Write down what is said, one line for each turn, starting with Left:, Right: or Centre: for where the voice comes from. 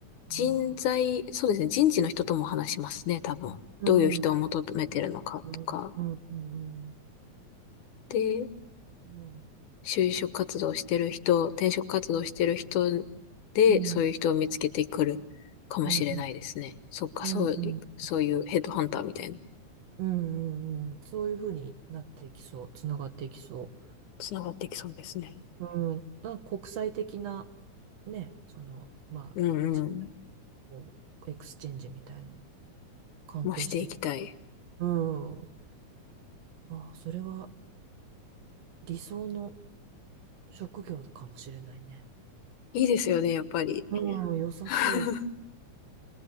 Left: 人材、
Right: あ
Left: そうですね、人事の人とも話しますね、多分。
Right: ーうん、
Left: どういう人を求めてるのかとか。
Right: うんうんうん
Left: で、
Right: うん
Left: 就職活動してる人、転職活動してる人で、
Right: うんうんあ
Left: そういう人を見つけてくるかもしれないですね。
Right: うんうん
Left: そっか、
Right: うんうんうんうんうん
Left: そうい、そういうヘッドハンターみたいな、
Right: うんうんうんうんうんそういうふうになっていきそう、つながっていきそ
Left: つながっていきそうですね。
Right: う。うん、なんか国際的な、ね、その、まあ、
Left: うんうん。
Right: じこうエクスチェンジみたいなのも関係して、
Left: もしていきたい。
Right: うん、ああ、それは理想の職業かもしれないね。
Left: いいですよね、やっぱり。
Right: うん、良さそう。
Left: <laughs>